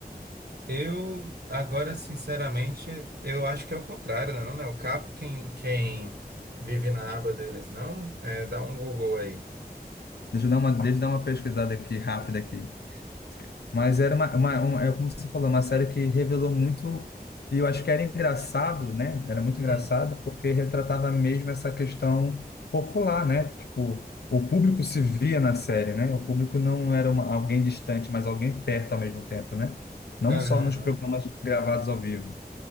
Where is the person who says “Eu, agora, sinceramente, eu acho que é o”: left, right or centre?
Right